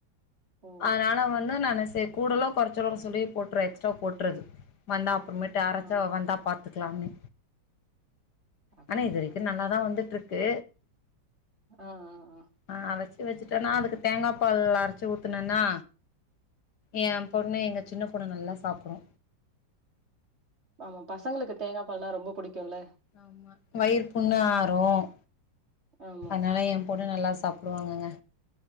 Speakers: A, on the right; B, on the left.
A: ஓ
B: அதனால வந்து நான்னு சே கூடலோ குறச்சலோன்னு சொல்லி போட்டுற எக்ஸ்ட்ரா போட்டுறது வந்தா அப்பறமேட்டு அரச்சா
A: ஆ
B: வந்தா பாத்துக்கலாம்னு
A: அப்டியா
B: ஆனா இது வரைக்கும் நல்லாதா வந்துட்டு இருக்கு
A: ஆஆ
B: ஆ அரச்சு வச்சுட்டன்னா அதுக்கு தேங்காய் பால் அரச்சு ஊத்துன்னா எய பொண்ணு எங்க சின்ன பொண்ணு நல்லா சாப்டு
A: ஆமா பசங்களுக்கு தேங்காய் பால்னா ரொம்ப புடிக்குல்ல
B: ஆமாம் வயிறு புண்ணு ஆறும்
A: ஆமா
B: அதனால எய பொண்ணு நல்லா சாப் சாப்புடுவாங்க